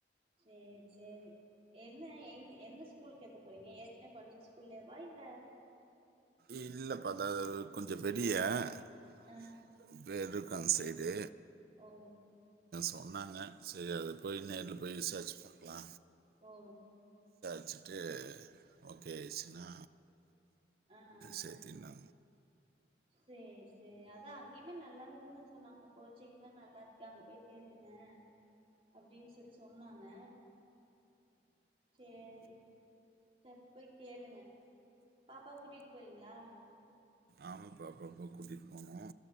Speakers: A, on the right; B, on the right.
A: சேரி சேரி என்ன எந் எந்த ஸ்கூல் கேக்க போறீங்க ஏற்க்னே படிச்ச ஸ்கூல்லைவா இல்ல
B: இல்லப்பா <unintelligible> கொஞ்சோ வெளிய <unintelligible>
A: ஆ
B: அன் சைடு
A: ஓ
B: சொன்னாங்க செரி அத போய் நேர்ல போய் விசாரிச்சு பாக்கலா
A: ஓ
B: வெச்சுட்டு ஓகே ஆயிருச்சுனா
A: ஆ ஆ
B: சேத்தினு
A: சேரி சேரி அதா அங்கேயுமே நல்லாருக்குன்னு தா சொன்னாங்க கோச்சிங்லா நல்லா இருக்கு அங்க போய் சேத்துங்க அப்படின்னு சொல்லி சொன்னாங்க சேரி சர்ப்போய் கேளுங்க பாப்பா கூட்டிகிட்டு போவீங்களா
B: ஆமா பாப்பாவ கூட்டிட்டு போவே